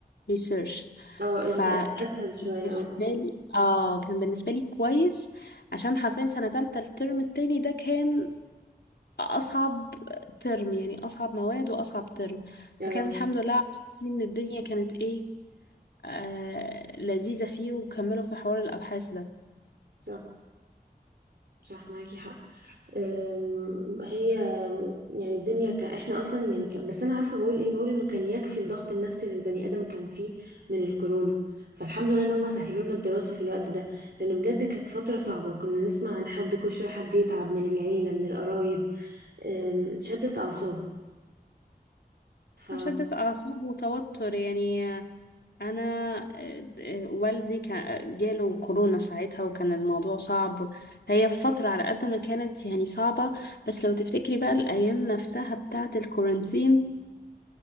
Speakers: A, on the left (about 80°); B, on the right (about 80°).
A: ريسيرش
B: اه
A: فكان
B: إذ بقت أسهل شوية
A: بالنسبة
B: اه
A: لي آه كان بالنسبة لي كويس عشان حرفيا سنة تالتة الترم التاني ده كان اصعب ترم يعني اصعب مواد واصعب ترم
B: اه
A: فكان الحمد لله حاسين ان الدنيا كانت ايه آه لذيذة فيه وكملوا في حوار الابحاث ده
B: صح صح معاكي حق أم، هي يعني الدنيا كان احنا اصلا يعني كان بس انا عارفه بقول ايه بقول انه كان يكفي الضغط النفسي اللي البني ادم كان فيه من الكورونا فالحمد لله ان هم سهلوا لنا الدراسه في الوقت ده لانه بجد كانت فتره صعبه كنا نسمع عن حد كل شويه حد يتعب من العيله من القرايب أم، شدت اعصاب ف
A: شدة اعصاب وتوتر يعني انا آه، آه، والدي كان جاله كورونا ساعتها وكان الموضوع صعب هي فترة على قد ما كانت يعني صعبة بس لو تفتكري بقى الايام نفسها بتاعة الكورانتين